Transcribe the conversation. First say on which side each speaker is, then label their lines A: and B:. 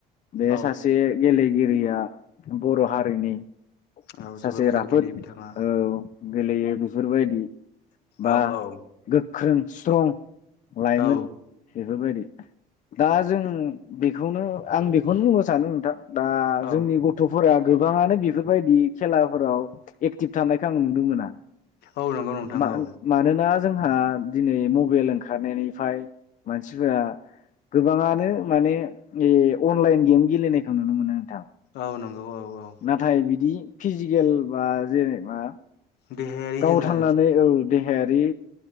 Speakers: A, on the left (about 50°); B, on the left (about 75°).
A: बे
B: औ
A: सासे गेले गिरिया बर' हारिनि
B: औ
A: सासे
B: जोबोर मोजां
A: राफोद
B: गेलेयो बिथाङा
A: औ गेलेयो बेफोरबायदि बा
B: औ औ
A: गोख्रों स्ट्रं लाइमोन
B: औ
A: बेफोरबायदि दा जों बेखौनो आं बेखौनो बुंनो सानो नोंथां दा
B: औ
A: जोंनि गथ'फोरा गोबाङानो बेफोरबायदि खेलाफोराव एक्टिभ थानायखौ आं नुनो मोना
B: औ नंगौ नोंथां
A: मा
B: औ
A: मानोना जोंहा दिनै मबाइल ओंखारनायनिफ्राय मानसिफोरा गोबाङानो माने अनलाइन गेम गेलेनायखौ नुनो मोनो नोंथां
B: औ नंगौ औ औ
A: नाथाय बिदि फिजिकेल बा जेने बा
B: देहायारि
A: गाव
B: जोङो
A: थांनानै औ देहायारि